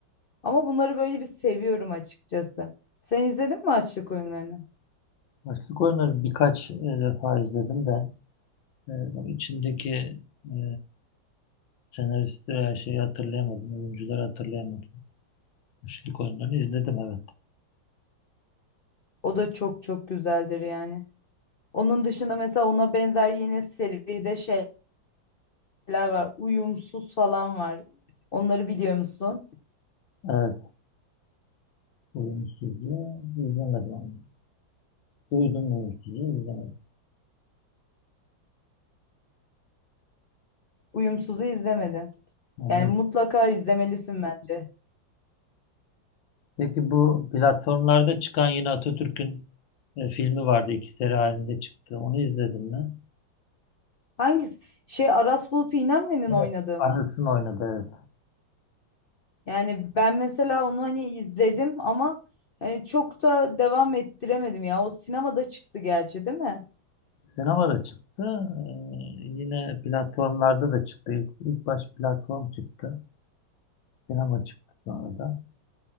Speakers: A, on the left (about 55°); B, on the left (about 75°).
A: Ama bunları böyle bir seviyorum açıkçası. Sen izledin mi açlık oyunlarını?
B: Açlık oyunları birkaç e, defa izledim de. E, bak içindeki e, senaristi her şeyi hatırlayamadım. Oyuncuları hatırlayamadım. Üçlük oyunlarını izledim evet.
A: O da çok çok güzeldir yani. Onun dışında mesela ona benzer yine seride şey şeyler var. Uyumsuz falan var. Onları biliyor musun?
B: Evet. Oyuncusuzu izlemedim ama. Duydum oyuncusuzu izlemedim.
A: Uyumsuz'u izlemedin.
B: Ama...
A: Yani mutlaka izlemelisin bence.
B: Peki bu platformlarda çıkan yine Atatürk'ün e, filmi vardı. iki seri halinde çıktı. Onu izledim mi?
A: Hangisi? Şey Aras Bulut İynemli'nin
B: Evet.
A: oynadığı
B: Anısını
A: mı?
B: oynadı evet.
A: Yani ben mesela onu hani izledim ama hani çok da devam ettiremedim ya. O sinemada çıktı gerçi değil mi?
B: Sinemada çıktı. E, yine platformlarda da çıktı. İlk, ilk baş platform çıktı. Sinema çıktı sonra da.